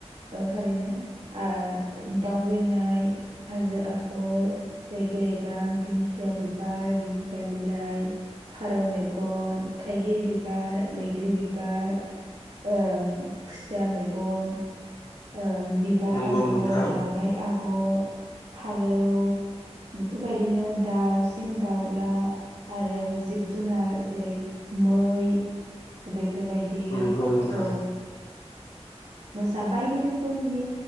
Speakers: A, on the right; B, on the left.
A: औ थारैनो आ दाउ बिरनाय, हाजो आगर, रेगे रेगां, दिंखिया बिबार, दिंखिया बिलाइ, फारौ मेगन, थाइगिर बिबार, बैग्रि बिबार, ओ खुसिया मेगन, ओ बिबार
B: नंगौ
A: आगर,
B: नोंथां
A: दावराइ आगर, फारौ बेफोरबायदिनो दाउसिन दाउला आरो जिब जुनार जेरै मै बैफो बेफोरबायदि
B: नंगौ नोंथां
A: ओ मोसा बायदि रोखोमनि